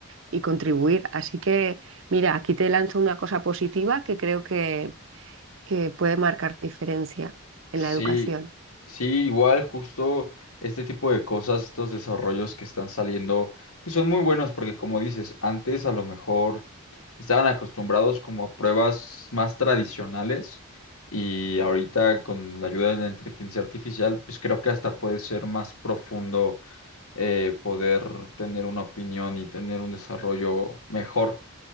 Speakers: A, on the right; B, on the left.
A: y contribuir. Así que, mira, aquí te lanzo una cosa positiva que creo que, que puede marcar diferencia en
B: Sí,
A: la educación.
B: sí, igual justo este tipo de cosas, estos desarrollos que están saliendo, pues son muy buenos porque como dices, antes a lo mejor estaban acostumbrados como a pruebas más tradicionales y ahorita con la ayuda de la inteligencia artificial, pues creo que hasta puede ser más profundo eh, poder tener una opinión y tener un desarrollo mejor.